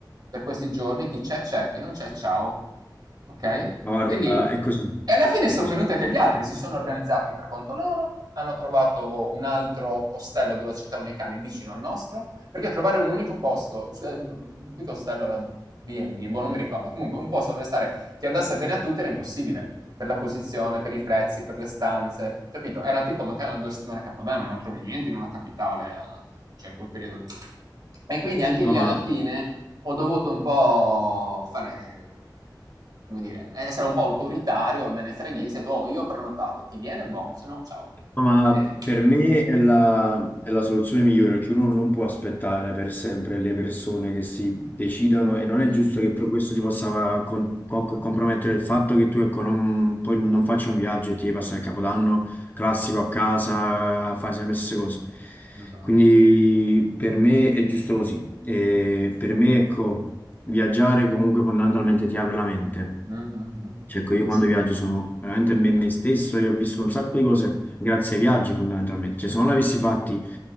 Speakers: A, on the right (about 60°); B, on the left (about 25°).
A: per questi giorni, chi c'è c'è, chi non c'è ciao. Ok?
B: Ma guarda,
A: Quindi,
B: è così,
A: e alla fine
B: è
A: sono
B: così.
A: venuti anche gli altri, si sono organizzati per conto loro, hanno trovato un altro ostello dove accettavano i cani vicino al nostro, perché trovare un unico posto, scu- un piccolo ostello era B&B, boh, non mi ricordo, comunque un posto dove stare che andasse bene a tutti era impossibile, per la posizione, per i prezzi, per le stanze, capito? Era tipo mancavano due settimane a Capodanno, non trovi niente in una capitale, a- cioè in quel periodo lì. E quindi anche
B: No,
A: lì
B: ma
A: alla fine ho dovuto un po' fare, come dire, essere un po' autoritario, il me ne freghista, ho detto, "Oh, io ho prenotato, chi viene, buon, se no ciao.
B: No, Ma
A: E...
B: per me è la, è la soluzione migliore perché uno non può aspettare per sempre le persone che si decidano e non
A: Mm,
B: è giusto che poi questo ti possa con- co- compromettere il fatto che tu ecco, non, poi non faccia un viaggio e ti passa il Capodanno classico a casa, fai sempre le stesse cose.
A: esatto.
B: Quindi per me è giusto così. E per me ecco, viaggiare comunque fondamentalmente ti apre la mente.
A: Mhm, mhm.
B: Cioè, ecco, io quando
A: Sì.
B: viaggio sono veramente me, me stesso e ho visto un sacco di cose grazie ai viaggi fondamentalmente. Cioè, se non l'avessi fatti,